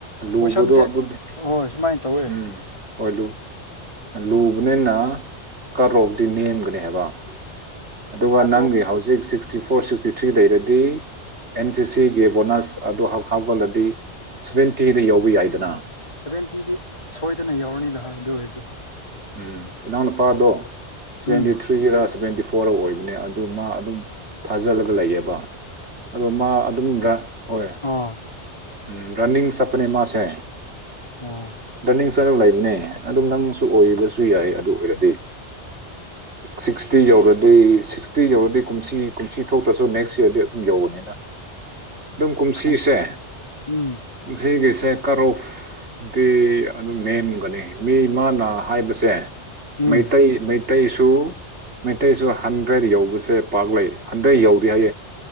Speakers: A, on the right; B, on the left.
A: ꯂꯨꯕꯗꯣ
B: ꯀꯣꯏꯁꯟꯁꯦ
A: ꯑꯗꯨꯗꯤ
B: ꯍꯣꯏ ꯁꯨꯃꯥꯏꯅ ꯇꯧꯋꯦ
A: ꯎꯝ ꯍꯣꯏ ꯂꯨ ꯂꯨꯕꯅꯤꯅ ꯀꯠ ꯑꯣꯐꯇꯤ ꯅꯦꯝꯒꯅꯤ ꯍꯥꯏꯕ ꯑꯗꯨꯒ
B: ꯀꯠ
A: ꯅꯪꯒꯤ
B: ꯑꯣꯞ
A: ꯍꯧꯖꯤꯛ ꯁꯤꯛꯁ ꯕꯤꯐꯣꯔ ꯁꯤꯛꯁꯇꯤ ꯊ꯭ꯔꯤ ꯂꯩꯔꯗꯤ ꯑꯦꯟ ꯁꯤ ꯁꯤꯒꯤ ꯕꯣꯅꯁ ꯑꯗꯨ ꯍꯥꯞꯒꯠꯂꯗꯤ ꯁꯕꯦꯟꯇꯤꯗꯤ ꯌꯥꯎꯕ ꯌꯥꯏꯗꯅ
B: ꯁꯚꯦꯟꯇꯤꯗꯤ ꯁꯣꯏꯗꯅ ꯌꯧꯔꯅꯤꯗ ꯍꯥ ꯑꯗꯨ ꯑꯣꯏꯔꯗꯤ
A: ꯎꯝ ꯏꯅꯥꯎ ꯅꯨꯨꯄꯥꯗꯣ ꯁꯚꯦꯟꯇꯤ
B: ꯎꯝ
A: ꯊ꯭ꯔꯤ ꯊ꯭ꯔꯤꯔ ꯁꯚꯦꯟꯇꯤ ꯐꯣꯔ ꯑꯣꯏꯕꯅꯦ ꯑꯗꯨ ꯃꯥ ꯑꯗꯨꯝ ꯊꯥꯖꯜꯂꯒ ꯂꯩꯌꯦꯕ ꯑꯗꯣ ꯃꯥ ꯑꯗꯨꯝ ꯔ ꯍꯣꯏ ꯔꯟꯅꯤꯡ
B: ꯑꯣ
A: ꯎꯝ ꯔꯟꯅꯤꯡ ꯆꯠꯄꯅꯦ ꯃꯥꯁꯦ
B: ꯑꯣ
A: ꯔꯅꯤꯡ ꯆꯠꯂꯒ ꯂꯩꯕꯅꯦ ꯑꯗꯨꯝ ꯅꯪꯁꯨ ꯑꯣꯏꯕꯁꯨ ꯌꯥꯏ ꯑꯗꯨ ꯑꯣꯏꯔꯗꯤ ꯁꯤꯛꯁꯇꯤ ꯌꯧꯔꯗꯤ ꯁꯤꯛꯁꯇꯤ ꯌꯧꯔꯗꯤ ꯀꯨꯝꯁꯤ ꯀꯨꯝꯁꯤ ꯊꯣꯛꯇ꯭ꯔꯁꯨ ꯅꯦꯛꯁ ꯌꯔꯗꯤ ꯑꯗꯨꯝ ꯌꯧꯕꯅꯤꯁ
B: <inaudible>
A: ꯑꯗꯨꯝ ꯀꯨꯝꯁꯤꯁꯦ
B: ꯈꯪ ꯎꯝ
A: ꯀꯨꯝꯁꯤꯒꯤꯁꯦ ꯀꯔꯣꯐ ꯗꯤ ꯑꯗꯨꯝ ꯅꯦꯝꯒꯅꯤ ꯃꯤ ꯃꯥꯅ ꯍꯥꯏꯕꯁꯦ
B: ꯎꯝ
A: ꯃꯩꯇꯩ ꯃꯩ ꯇꯩꯁꯨ ꯃꯩꯇꯩꯁꯨ ꯍꯟꯗ꯭ꯔꯦꯗ ꯌꯧꯕꯁꯦ ꯄꯥꯛ ꯂꯩ ꯍꯟꯗ꯭ꯔꯦꯗ ꯌꯧꯗꯦ ꯍꯥꯏꯌꯦ